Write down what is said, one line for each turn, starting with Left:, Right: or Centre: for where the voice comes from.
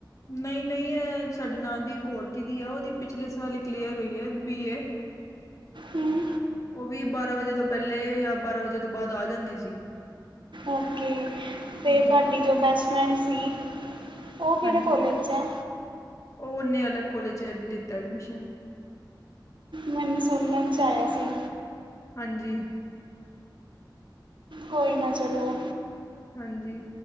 Left: ਨਹੀਂ-ਨਹੀਂ ਇਹ ਸਾਡੇ ਨਾਲ ਦੀ ਇਕ ਹੋਰ ਦੀਦੀ ਆ ਉਹਦੀ ਪਿਛਲੇ ਸਾਲ ਕਲੀਅਰ ਹੋਈ ਏ ਬੀ ਏ
Right: ਹੂੰ
Left: ਉਹ ਵੀ ਬਾਰਾਂ ਵਜੇ ਤੋਂ ਪਹਿਲੇ ਜਾਂ ਬਾਰਾਂ ਵਜੇ ਤੋਂ ਬਾਅਦ ਆ ਜਾਂਦੀ ਸੀ।
Right: ਓਕੇ। ਫੇਰ
Left: ਹਾਂਜੀ
Right: ਤੁਹਾਡੀ ਜੋ ਬੈਸਟ ਫਰੈਂਡ ਸੀ ਉਹ ਕਿਹੜੇ
Left: ਹਾਂਜੀ
Right: ਕੋਲੇਜ ਚ ਐ।
Left: ਉਹ ਉਹਨੇ ਅਲੱਗ ਕੋਲੇਜ ਚ ਲਿੱਤਾ ਐਡਮਿਸ਼ਨ
Right: ਮੈਨੂੰ ਸੁਣਣ ਚ ਆਇਆ ਸੀ।
Left: ਹਾਂਜੀ।
Right: ਕੋਈ ਨਾ ਚਲੋ
Left: ਹਾਂਜੀ।